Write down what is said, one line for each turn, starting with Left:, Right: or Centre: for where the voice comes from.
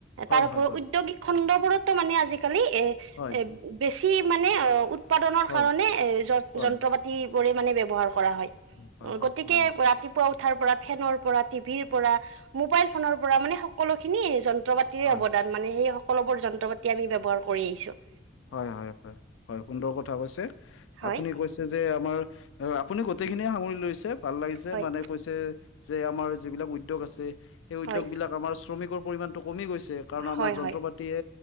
Left: হয়
Right: তাৰ উপৰিও
Left: হয় হয়
Right: উদ্যোগিক খণ্ড ওপৰতো মানে আজিকালি এ এ
Left: হয়
Right: বেছি মানে উৎপাদনৰ
Left: হয়
Right: কাৰণে এ য-যন্ত্ৰপাতি
Left: হয়
Right: বোৰে মানে ব্যৱহাৰ কৰা হয়।
Left: হয় হয়
Right: গতিকে
Left: হয় হয় হয় হয় হয়
Right: ৰাতিপুৱা উঠাৰ পৰা ফেনৰ পৰা টিভিৰ পৰা মোবাইল ফোনৰ পৰা মানে সকলো খিনি যন্ত্ৰপাতিৰে
Left: হয়
Right: অৱদান মানে সেই সকলোবোৰ যন্ত্ৰপাতি আমি ব্যৱহাৰ কৰি আহিছোঁ।
Left: হয়, হয়, হয়, হয় সুন্দৰ কথা কৈছে।
Right: হয়
Left: আপুনি কৈছে যে আমাৰ আপুনি গোটেইখিনিয়ে সামৰি লৈছ ভাল লাগিছে
Right: হয়
Left: মানে কৈছে, যে আমাৰ যিবিলাক উদ্যগ আছে সেই উদ্যোগ
Right: হয়
Left: বিলাক আমাৰ শ্ৰমিকৰ পৰিমাণটো কমি গৈছ ছে কাৰণ আমাৰ
Right: হয়
Left: যন্ত্ৰপাতিয়ে
Right: হয়